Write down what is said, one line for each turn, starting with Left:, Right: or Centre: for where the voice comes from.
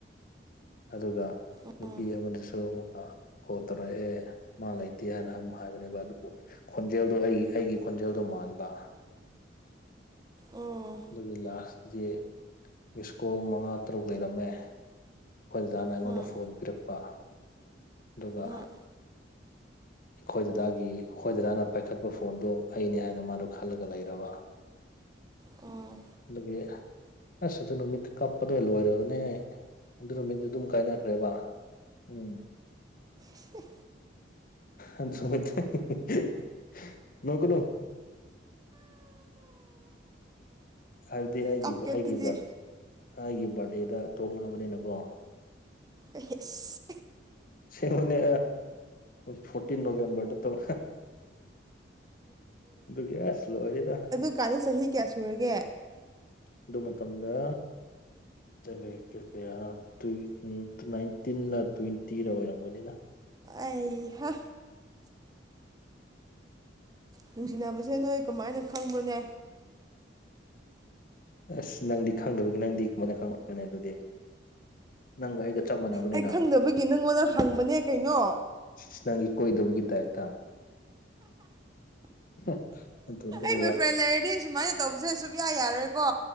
Left: ꯑꯗꯨꯒ
Right: ꯎꯝ
Left: ꯅꯨꯄꯤ ꯑꯃꯗꯨꯁꯨ ꯑꯃꯨꯛꯀꯥ ꯀꯣꯜ ꯇꯧꯔꯛꯑꯦ ꯃꯥ ꯂꯩꯇꯦ ꯍꯥꯏꯅ ꯑꯝ ꯍꯥꯏꯕꯅꯦꯕ ꯑꯗꯨꯕꯨ ꯈꯣꯟꯖꯦꯜꯗꯣ ꯑꯩꯒꯤ ꯑꯩꯒꯤ ꯈꯣꯟꯖꯦꯜꯗꯣ ꯃꯥꯟꯕ
Right: ꯎꯝ ꯎꯝ
Left: ꯑꯗꯨꯒꯤ ꯂꯥꯁꯇꯗꯤ ꯃꯤꯁꯀꯣꯜ ꯃꯉꯥ ꯇꯔꯨꯛ ꯂꯩꯔꯝꯃꯦ ꯑꯩꯈꯣꯏ ꯗꯥꯗꯥꯅ ꯑꯩꯉꯣꯟꯗ
Right: ꯍꯝ
Left: ꯐꯣꯟ ꯄꯤꯔꯛꯄ ꯑꯗꯨꯒ
Right: ꯍꯝ
Left: ꯑꯩꯈꯣꯏ ꯗꯥꯗꯥꯒꯤ ꯑꯩꯈꯣꯏ ꯗꯥꯗꯥꯅ ꯄꯥꯏꯈꯠꯄ ꯐꯣꯟꯗꯨ ꯑꯩꯅꯦ ꯍꯥꯏꯅ ꯃꯥꯗꯣ ꯈꯜꯂꯒ ꯂꯩꯔꯕ
Right: ꯎꯝ
Left: ꯑꯗꯨꯒꯤ ꯑꯁ ꯑꯗꯨ ꯅꯨꯃꯤꯠꯇ ꯀꯞꯄꯗꯣ ꯂꯣꯏꯔꯕꯅꯦ ꯑꯩ ꯑꯗꯨ ꯅꯨꯃꯤꯠꯇꯨ ꯑꯗꯨꯝ ꯀꯥꯏꯅꯈ꯭ꯔꯦꯕ ꯎꯨꯝ
Right: ꯁꯤ ꯍ
Left: ꯑꯗꯨ ꯅꯨꯃꯤꯠꯇꯩ ꯍ ꯍ ꯅꯣꯛꯀꯅꯨ ꯍꯥꯏꯕꯗꯤ ꯑꯩꯒꯤ
Right: ꯀꯞꯀꯦ
Left: ꯑꯩꯒꯤꯕꯥ
Right: ꯑꯗꯨꯗꯤ
Left: ꯑꯩꯒꯤ ꯕꯥꯔꯗꯦꯗ ꯇꯣꯛꯅꯕꯅꯤꯅꯀꯣ
Right: ꯑꯍꯁ
Left: ꯁꯤꯦꯡꯉꯣꯅꯦ ꯐꯣꯔꯇꯤꯟ ꯅꯣꯕꯦꯝꯕꯔꯗ ꯇꯧ ꯑꯗꯨꯗꯨꯒꯌꯥꯁ ꯂꯣꯏꯔꯦꯗꯥ
Right: ꯑꯗꯨ ꯀꯥꯟꯗ ꯆꯍꯤ ꯀꯌꯥ ꯁꯨꯔꯒꯦ
Left: ꯑꯗꯨ ꯃꯇꯝꯗ <unintelligible> ꯀꯦꯐꯦ ꯍꯥ ꯇꯨꯏ ꯎꯝ ꯇꯨ ꯅꯥꯏꯟꯇꯤꯟꯂꯥ ꯇ꯭ꯋꯦꯟꯇꯤꯔ ꯑꯣꯏꯔꯝꯒꯅꯤꯗ
Right: ꯑꯩꯍꯥ ꯅꯨꯡꯁꯤꯅꯕꯁꯦ ꯅꯣꯏ ꯀꯃꯥꯏꯅ ꯈꯪꯕꯅꯦ
Left: ꯑꯁ ꯅꯪꯗꯤ ꯈꯪꯗꯕꯒꯤ ꯅꯪꯗꯤ ꯀꯃꯥꯏꯅ <unintelligible> ꯑꯗꯨꯗꯤ ꯅꯪꯒ ꯑꯩꯒ ꯆꯞ ꯃꯥꯟꯅꯕꯅꯤꯅ
Right: ꯑꯩ ꯈꯪꯗꯕꯒꯤ ꯅꯪꯉꯣꯟꯗ ꯍꯪꯕꯅꯦ ꯀꯩꯅꯣ
Left: <unintelligible> ꯅꯪꯗꯤ ꯀꯣꯏꯗꯕꯒꯤ ꯇꯥꯏꯞꯇ <unintelligible> <unintelligible>
Right: ꯑꯩ ꯃꯤ ꯐ꯭ꯔꯦꯟ ꯂꯩꯔꯗꯤ ꯁꯨꯃꯥꯏꯅ ꯇꯧꯕꯁꯦ ꯁꯨꯛꯌꯥ ꯌꯥꯔꯣꯏꯀꯣ